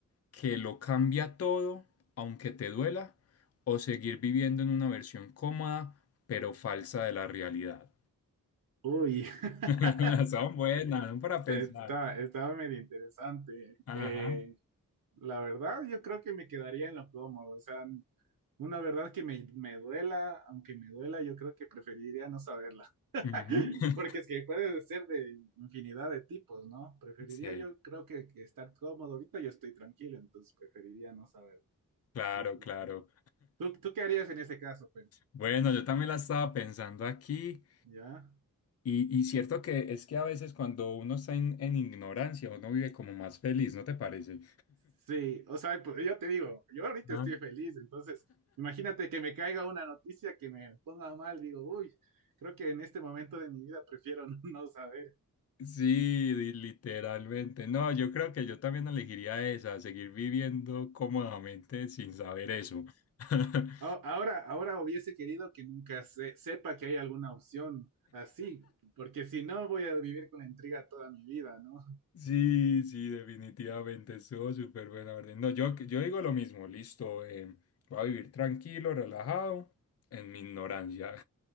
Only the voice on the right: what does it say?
Uy. <laughs>
Está-
estaba medio interesante.
Eh, la verdad, yo creo que me quedaría en lo cómodo. O sea, una verdad que me, me duela, aunque me duela, yo creo que preferiría no saberla. <laughs>
Porque es que puede ser de infinidad de tipos, ¿no? Preferiría
yo, creo que, que estar cómodo. Ahorita yo estoy tranquilo, entonces preferiría no saber.
Sí, sí,
sí. ¿Tú, tú qué harías en ese caso, pero
¿Ya?
Sí, o sea, pues, yo te digo, yo ahorita
estoy feliz, entonces imagínate que me caiga una noticia que me ponga mal, digo, uy, creo que en este momento de mi vida prefiero <laughs> no saber.
A- Ahora, ahora hubiese querido que nunca se- sepa que hay alguna opción así, porque si no voy a vivir con la intriga toda mi vida, ¿no?